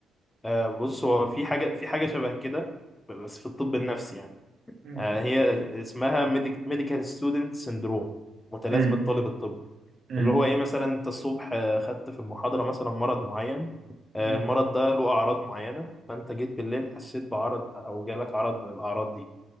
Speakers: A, on the left; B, on the right.
A: آه، بص هو في حاجة في حاجة شبه كده بس في الطب النفسي يعني
B: مم.
A: آه هي اسمها ميديكال ستودنت سيندروم متلازمة
B: مم.
A: طالب الطب
B: مم.
A: اللي هو إيه مثلا أنت الصبح آه، خدت في المحاضرة مثلا مرض معين آه
B: مم.
A: المرض ده له أعراض معينة فأنت جيت بالليل حسيت بعرض أو جالك عرض من الأعراض دي